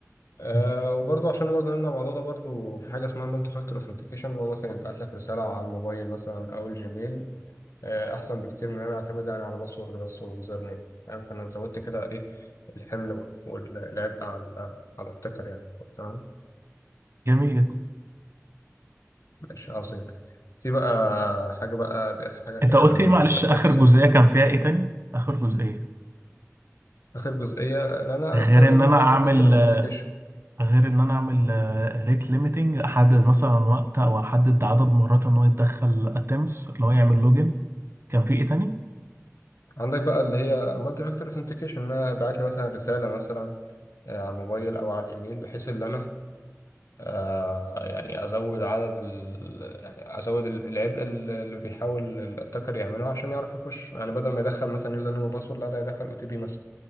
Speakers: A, on the left; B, on the right.
A: آه
B: مم.
A: وبرضه عشان نبقى جنبنا الموضوع ده برضه في حاجة اسمها مالتي فاكتور اوثنتيكيشن اللي هو مثلا يبعت لك رسالة على الموبايل مثلا أو الجيميل آه أحسن بكتير من إن أنا أعتمد يعني على باسورد بس ويوزر نيم فاهم فأنا زودت كده إيه الحمل وال- والعبء على على التكر يعني تمام
B: جميل جدا
A: ماشي عظيم في بقى حاجة بقى دي آخر حاجة تقريبا
B: انت قلت ايه معلش
A: في الأتاكس
B: اخر جزئية
A: هنا
B: كان فيها ايه تاني اخر جزئية
A: آخر جزئية إن أنا
B: غير
A: أستخدم
B: ان انا اعمل
A: مالتي فاكتور اوثنتيكيشن
B: غير ان انا اعمل ريت ليميتنج احدد مثلا وقت او احدد عدد مرات ان هو يتدخل اتمس اللي هو يعمل لوجن كان في ايه تاني
A: عندك بقى اللي هي مالتي فاكتور اوثنتيكيشن إن أنا أبعت لي مثلا رسالة مثلا آه، على الموبايل او على الايميل بحيث ان انا آه، يعني ازود عدد ال... يعني ازود ال- العبء ال- اللي بيحاول الاتاكر يعمله عشان يعرف يخش يعني بدل ما يدخل مثلا يوزر نيم وباسورد لا ده يدخل او تي بي مثلا